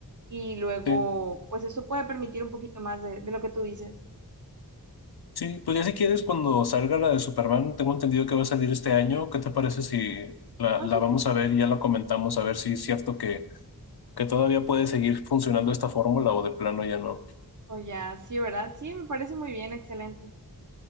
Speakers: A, on the right; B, on the left.
A: Y luego,
B: Sí,
A: pues eso puede permitir un poquito más de, de lo que tú dices.
B: sí, pues ya si quieres, cuando salga la de Superman, tengo entendido que va a salir este año, ¿qué te parece si la,
A: Ah,
B: la
A: súper.
B: vamos a ver y ya la comentamos a ver si es cierto que, que todavía puede seguir funcionando esta fórmula o de plano ya no?
A: O ya, sí, ¿verdad? Sí, me parece muy bien, excelente.